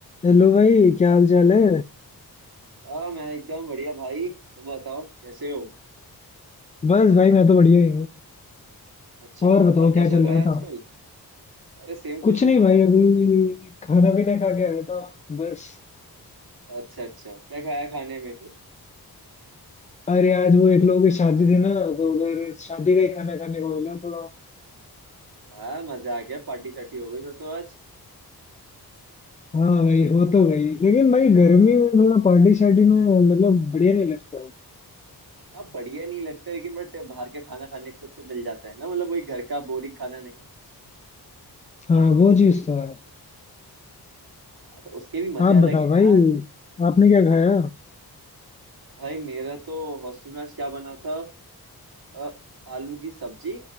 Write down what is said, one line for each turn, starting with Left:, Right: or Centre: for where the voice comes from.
Left: Hello भाई क्या हाल चाल है
Right: आ, मैं एकदम बढ़िया भाई तुम बताओ कैसे हो
Left: बस भाई मैं तो बढ़िया ही हूँ
Right: अच्छा
Left: और बताओ
Right: और
Left: क्या
Right: क्या चल
Left: चल
Right: रहा
Left: रहा
Right: है आजकल
Left: था
Right: अरे सेम क्वेश्चन
Left: कुछ नहीं भाई अभी खाना पीना खा के आया था बस
Right: अच्छा अच्छा क्या खाया खाने में फिर
Left: अरे आज वो एक लोगों की शादी थी ना तो उधर शादी का ही खाना खाने को मिला थोड़ा
Right: हाँ मजा आ गया पार्टी शार्टी हो गई फिर तो आज
Left: हाँ भाई हो तो गई लेकिन भाई गर्मी में थोड़ा पार्टी शार्टी में मतलब बढ़िया नहीं लगता
Right: हाँ बढ़िया नहीं लगता लेकिन बट बाहर का खाना खाने को तो मिल जाता है ना मतलब वही घर का बोरिंग खाना नहीं
Left: हाँ वो चीज तो है
Right: हाँ, तो उसके भी मजे
Left: आप
Right: अलग
Left: बताओ
Right: है
Left: भाई
Right: यार
Left: आपने क्या खाया
Right: भाई मेरा तो हॉस्टल में आज क्या बना था अ, आलू की सब्जी